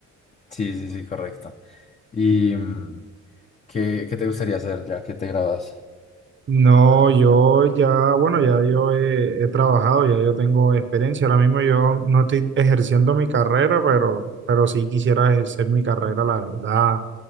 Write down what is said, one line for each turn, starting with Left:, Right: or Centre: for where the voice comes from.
Left: Sí, sí, sí, correcto. ¿Y mm, qué, qué te gustaría hacer ya que te grabas?
Right: No, yo ya, bueno, ya yo he, he trabajado, ya yo tengo experiencia. Ahora mismo yo no estoy ejerciendo mi carrera, pero, pero sí quisiera ejercer mi carrera, la verdad.